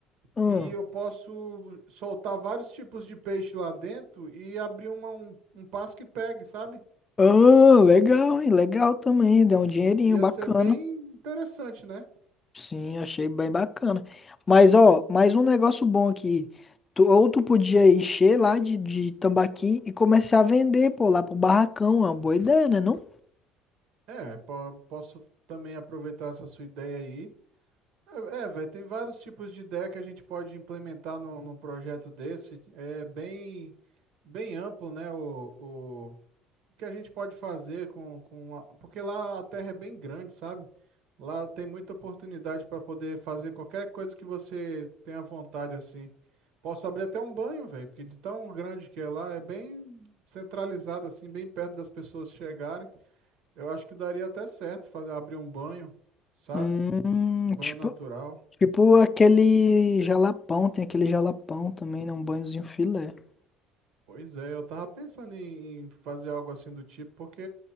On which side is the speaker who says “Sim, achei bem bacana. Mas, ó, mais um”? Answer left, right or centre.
Left